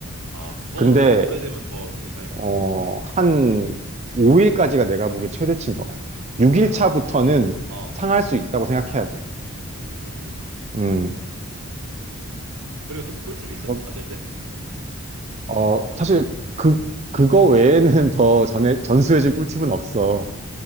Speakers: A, on the right; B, on the right.
A: 아, 더
B: 근데,
A: 많이 오래되면 더 좀 이상해지는
B: 어,
A: 거야, 그때부터?
B: 한 5일까지가 내가 보기엔 최대치인 것 같아. 6일
A: 아,
B: 차부터는
A: 어,
B: 상할 수 있다고 생각해야 돼.
A: 음.
B: 음,
A: 그리고 또 뭐 꿀팁 있어?
B: 그렇-
A: 만들 때?
B: 어, 사실 그, 그거 외에는 더 전에, 전수해줄 꿀팁은 없어.